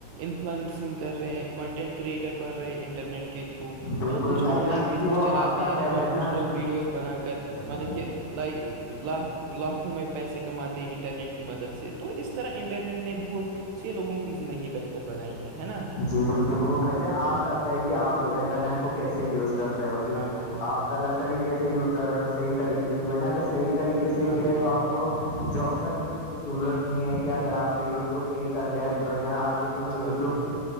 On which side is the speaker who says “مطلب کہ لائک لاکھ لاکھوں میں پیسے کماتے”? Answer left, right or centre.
Right